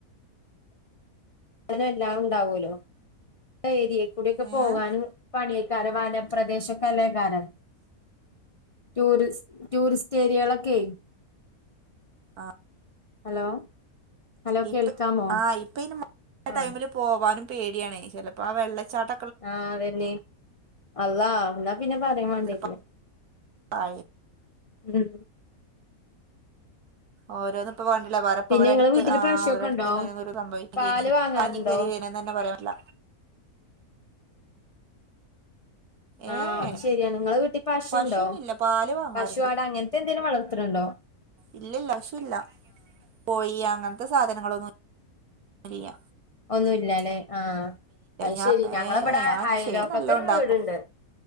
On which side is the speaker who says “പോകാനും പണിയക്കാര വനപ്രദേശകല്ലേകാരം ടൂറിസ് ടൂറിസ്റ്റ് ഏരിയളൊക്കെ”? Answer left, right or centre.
Left